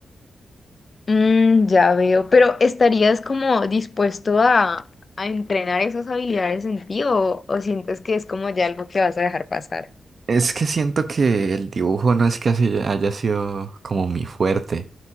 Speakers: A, on the left; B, on the right.
A: Mm, ya veo, pero ¿estarías como dispuesto a, a entrenar esas habilidades en ti o, o sientes que es como ya algo que vas a dejar pasar?
B: Es que siento que el dibujo no es que así haya sido como mi fuerte,